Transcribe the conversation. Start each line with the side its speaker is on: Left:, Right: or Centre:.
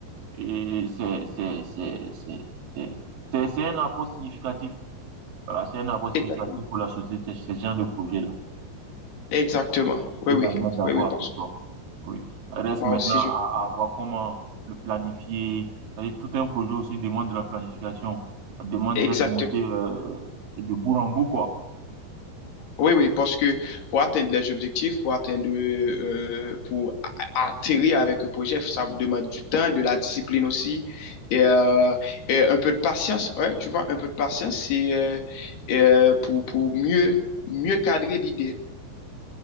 Right: et c'est c'est- c'est- c'est- c'est- c'est- c'est un apport significatif. Voilà, c'est un apport significatif
Left: exactement,
Right: pour la société, ce genre de projet-là.
Left: exactement. Oui,
Right: Totalement
Left: oui,
Right: d'accord
Left: oui, oui, parce
Right: avec
Left: que
Right: toi. Oui. Reste
Left: moi
Right: maintenant
Left: aussi, je,
Right: à, à voir comment le planifier. C'est-à-dire, tout un projet aussi demande de la planification. Ça demande
Left: exactement.
Right: d'être monté euh, de bout en bout, quoi.
Left: Oui, oui, parce que pour atteindre les objectifs, pour atteindre, euh, pour atterrir avec un projet, ça demande du temps, de la discipline aussi, et, euh, et un peu de patience. Ouais, tu vois, un peu de patience, c'est euh, et, euh, pour, pour mieux, mieux cadrer l'idée.